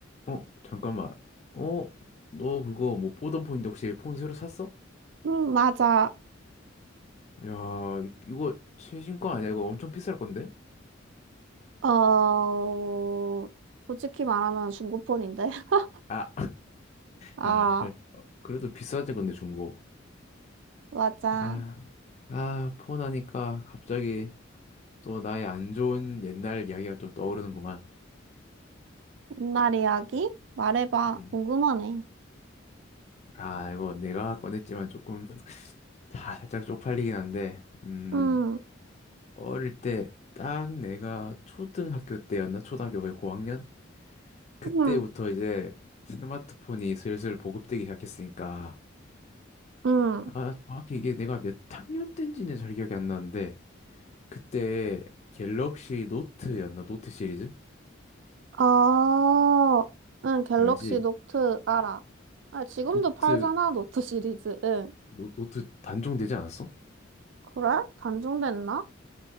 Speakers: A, on the left; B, on the right.
A: 어, 잠깐만. 어, 너 그거 뭐 보던 폰인데 혹시 폰 새로 샀어?
B: 음, 맞아.
A: 야, 이- 이거 최신 거 아니야? 이거 엄청 비쌀 건데?
B: 어, 솔직히 말하면 중고폰인데. <laughs>
A: 아,
B: 아,
A: 아, <laughs> 어, 그래도 비싸지 건데 중고.
B: 맞아.
A: 아, 아, 폰 하니까 갑자기 또 나의 안 좋은 옛날 이야기가 좀 떠오르는구만.
B: 옛날 이야기? 말해봐.
A: 음.
B: 궁금하네.
A: 아, 이거 내가 꺼냈지만 조금 <laughs> 다 살짝 쪽팔리긴 한데, 음,
B: 음,
A: 어릴 때 딱 내가 초등학교 때였나? 초등학교 거의 고학년? 그때부터
B: 음,
A: 이제 스마트폰이 슬슬 보급되기 시작했으니까
B: 음.
A: 아 정확히 이게 내가 몇 학년 때인지는 잘 기억이 안 나는데 그때 갤럭시 노트였나 노트 시리즈
B: 어, 응, 갤럭시
A: 알지
B: 노트 알아. 아, 지금도
A: 노트
B: 팔잖아, 노트 시리즈. 응.
A: 노, 노트 단종되지 않았어?
B: 그래? 단종됐나?